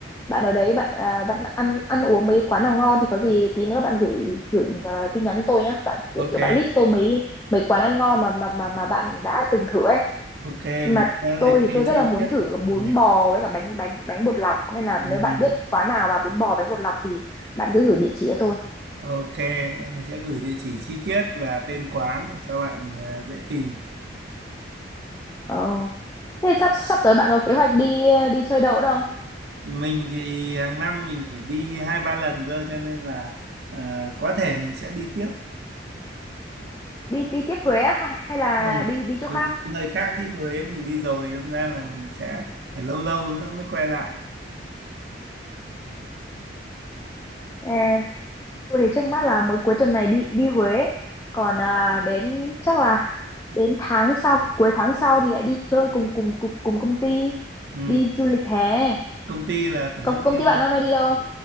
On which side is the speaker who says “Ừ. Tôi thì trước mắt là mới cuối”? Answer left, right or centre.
Left